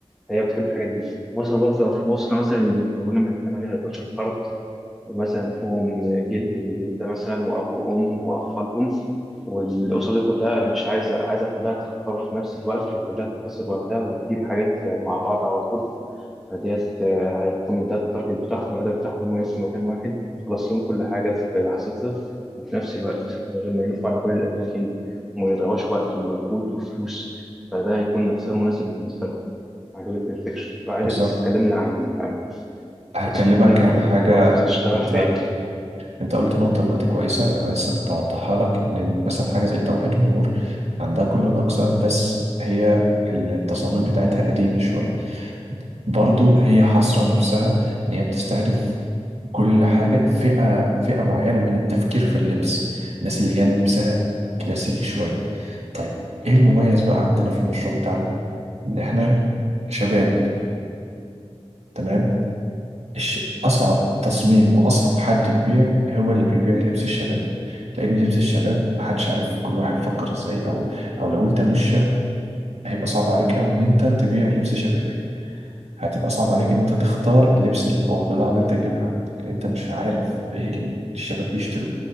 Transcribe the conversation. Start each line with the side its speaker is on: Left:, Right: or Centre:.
Centre: هي بتحب الحاجات دي مثلا برضه لو في اسره مثلا مكونه من 8 ل 12 فرد ومثلا فيهم جد وجده مثلا واب وام واطفالهم والأسرة دي كلها مش عايزة عايزة كلها تختار في نفس الوقت وكلها تختصر وقتها وتجيب حاجات مع بعض على طول فديت آه، هيكون ده التارجت بتاعهم والهدف بتاعهم إن هم يروحوا مكان واحد يخلص لهم كل حاجة في لحظتها وفي نفس الوقت من غير ما يلفوا على كل الأماكن وما يضيعوش وقت ومجهود وفلوس فده هيكون اختيار مناسب بالنسبة لهم عجبتني الفكرة وعايزك
Right: بالظبط
Centre: بس تكلمنا عن التصاميم
Right: هكلمك عن
Centre: وأنت
Right: حاجة
Centre: ناوي تشتغل
Right: أنت
Centre: في إيه
Right: أنت قلت نقطة دلوقتي كويسة أنا لسه كنت هوضحها لك إن مثلا حاجة زي التوحيد والنور عندها كل الأقسام بس هي التصاميم بتاعتها قديمة شوية برضو هي حاصرة نفسها إن هي بتستهدف كل حاجة فئة فئة معينة من التفكير في اللبس الناس اللي هي لبسها كلاسيكي شوية طيب إيه المميز بقى عندنا في المشروع بتاعنا؟ إن إحنا شباب تمام الش- أصعب تصميم وأصعب حد يبيع هو اللي بيبيع لبس الشباب لأن لبس الشباب محدش عارف كل واحد فكر إزاي أو أو لو أنت مش شاب هيبقى صعب عليك أوي إن أنت تبيع لبس شباب هتبقى صعب عليك ان انت تختار اللبس ال- او البضاعه اللي انت تجيبها عندك لأن انت مش عارف ايه ال- الشباب بيشتروا